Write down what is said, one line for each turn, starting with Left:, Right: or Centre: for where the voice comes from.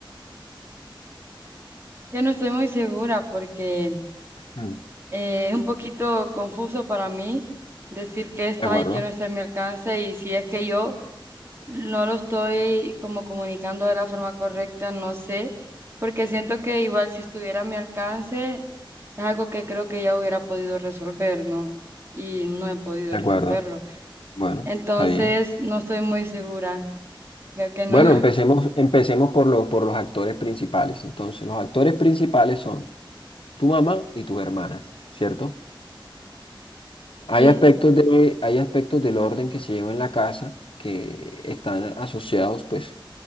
Right: Yo no estoy muy segura porque
Left: Mm.
Right: eh, es un poquito confuso para mí decir qué está
Left: De acuerdo,
Right: y qué no está en mi alcance y si es que yo no lo estoy como comunicando de la forma correcta, no sé, porque siento que igual si estuviera a mi alcance es algo que creo que ya hubiera podido resolver, ¿no? Y no he podido
Left: de acuerdo.
Right: resolverlo.
Left: Bueno,
Right: Entonces,
Left: está bien.
Right: no estoy muy segura, creo que no.
Left: Bueno,
Right: <laughs>
Left: empecemos, empecemos por los, por los actores principales. Entonces, los actores principales son tu mamá y tus hermanas, ¿cierto? Hay
Right: Sí,
Left: aspectos de, hay aspectos del orden que se lleva en la casa que están asociados pues